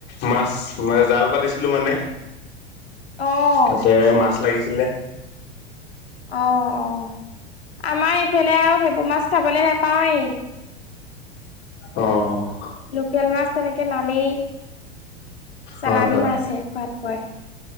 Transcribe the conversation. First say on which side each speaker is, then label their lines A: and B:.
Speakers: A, on the left; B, on the left.
A: মাছ মই জাল পাতিছিলো মানে।
B: অ'
A: তাতে মাছ লাগিছিলে।
B: অ' অ' আমাৰ এইফালে আৰু সেইবোৰ মাছ খাবলৈ নোপাওঁৱেই।
A: অ'
B: লোকেল মাছ তেনেকে নানেই। চালানী
A: হয় হয়
B: মাছহে, খোৱাত হয়